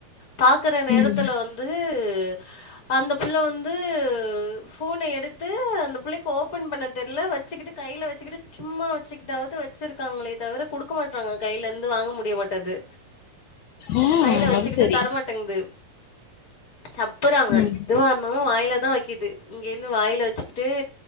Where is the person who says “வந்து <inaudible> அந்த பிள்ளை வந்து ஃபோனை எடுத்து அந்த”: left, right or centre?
Left